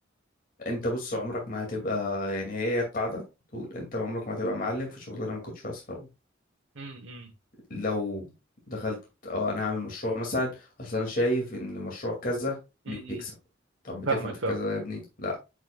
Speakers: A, on the left; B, on the right.
A: انت بص عمرك ما هتبقى يعني هي القاعدة تقول انت عمرك ما هتبقى معلم في شغلانة ما كنتش فيها صحاب
B: امم
A: لو دخلت اه انا هعمل مشروع مثلا اصل انا شايف ان مشروع كذا
B: امم
A: بيكسب طب بتفهم
B: فاهمك
A: في
B: فاهم
A: كذا ده يا ابني لا